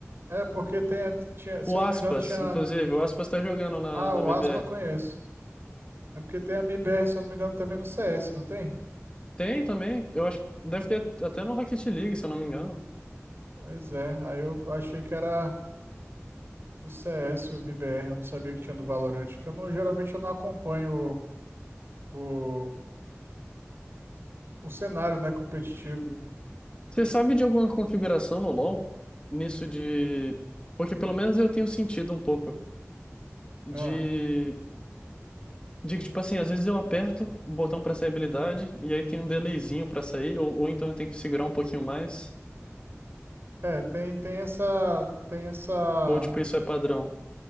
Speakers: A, on the right; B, on the left.
A: É, porque tem, a- tinha, se
B: O
A: eu
B: Aspas,
A: não me engano, tinha.
B: inclusive, o Aspas tá jogando na,
A: Ah,
B: na
A: o
B: BBR.
A: Aspa eu conheço. É porque tem a MBR, se eu não me engano, também no CS, não tem?
B: Tem também, eu acho que deve ter até no Rocket League, se eu não me engano.
A: Pois é, aí eu achei que era. Do CS, o MBR, eu não sabia que tinha do Valorant, que eu não, geralmente eu não acompanho o, o, o cenário, né, competitivo.
B: Uhum. Você sabe de alguma configuração no LoL? Nisso de. Porque pelo menos eu tenho sentido um pouco de.
A: Ah,
B: De que, tipo assim, às vezes eu aperto o botão pra sair habilidade e aí tem um delayzinho pra sair, ou, ou então eu tenho que segurar um pouquinho mais.
A: é, tem, tem essa, tem essa,
B: Ou, tipo, isso é padrão?